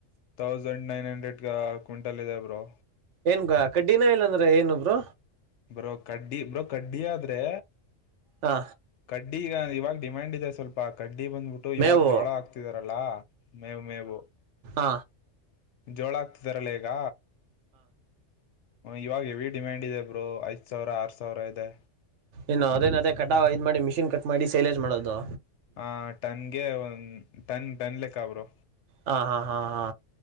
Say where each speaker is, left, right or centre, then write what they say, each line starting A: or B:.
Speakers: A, on the left; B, on the right.
A: thousand nine ಹಂಡ್ರೆಡ್ಗ ಕ್ವಿಂಟಲ್ ಇದೆ ಬ್ರೋ
B: ಏನ್ಗ ಕಡ್ಡಿನ ಇಲ್ಲಾಂದ್ರೆ ಏನೊಬ್ರು
A: ಬ್ರೋ ಕಡ್ಡಿ ಬ್ರೋ ಕಡ್ಡಿ ಆದ್ರೆ
B: ಹಾ
A: ಕಡ್ಡಿ ಈಗ ಇವಾಗ ಡಿಮ್ಯಾಂಡ್ ಇದೆ ಸ್ವಲ್ಪ. ಾ ಕಡ್ಡಿ ಬಂದ್ಬಿಟ್ಟು ಇವಾಗ
B: ಮೇವು
A: ಜೋಳ ಆಕ್ತಿದಾರಲ್ಲಾ ಮೇವು ಮೇವು
B: ಹ
A: ಜೋಳ ಆಗ್ತಿದಾರಲ್ಲ ಈಗ ಇವಾಗ ಹೆವಿ ಡಿಮ್ಯಾಂಡ್ ಇದೆ. ಇಬ್ರು ಐದು ಸಾವಿರ ಆರು ಸಾವಿರ ಇದೆ.
B: ಏನು ಅದೇನ ಅದೇ ಕಟಾ ಇದ ಮಾಡಿ ಮಿಷಿನ್ ಕಟ್ ಮಾಡಿ ಸೇಲ್ೇಜ್ ಮಾಡೋದು
A: ಹ ಟನ್ಗೆ ಒಂದ ಟನ್ ಟನ್ ಲೆಕ್ಕಬ್ರು
B: ಹಾ ಹಾ ಹಾ ಹಾ